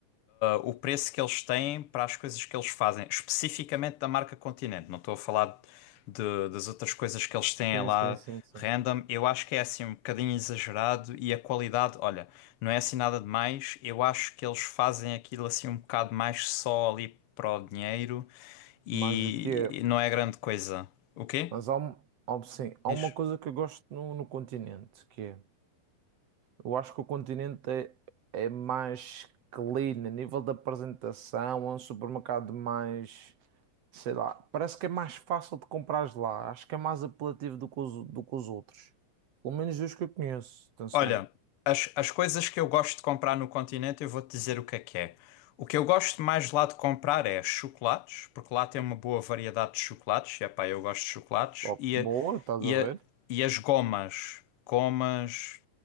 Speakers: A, on the left; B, on the right.
A: o preço que eles têm para as coisas que eles fazem, especificamente da marca Continente. Não estou a falar de- das outras coisas que eles têm
B: Sim,
A: lá
B: sim, sim, sim.
A: random. Eu acho que é assim um bocadinho exagerado e a qualidade, olha, não é assim nada demais. Eu acho que eles fazem aquilo assim um bocado mais só ali para o dinheiro e
B: mais do que é.
A: e não é grande coisa. O quê?
B: Mas há, um- há, um- sim, há
A: Diz?
B: uma coisa que eu gosto no, no Continente, que é, eu acho que o Continente é, é mais clean, a nível da apresentação, é um supermercado mais. Sei lá, parece que é mais fácil de comprar lá. Acho que é mais apelativo do que os, do que os outros. Pelo menos dos que eu conheço. Atenção.
A: Olha, as, as coisas que eu gosto de comprar no continente, eu vou-te dizer o que é que é. O que eu gosto mais lá de comprar é chocolates, porque lá tem uma boa variedade de chocolates, e epá, eu gosto de chocolates,
B: Ó,
A: e,
B: boa,
A: a-
B: estás
A: e,
B: a
A: a-
B: ver?
A: e as gomas, gomas,